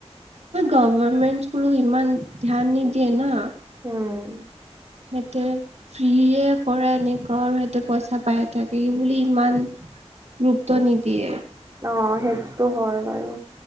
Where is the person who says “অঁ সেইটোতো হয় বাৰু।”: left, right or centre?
Right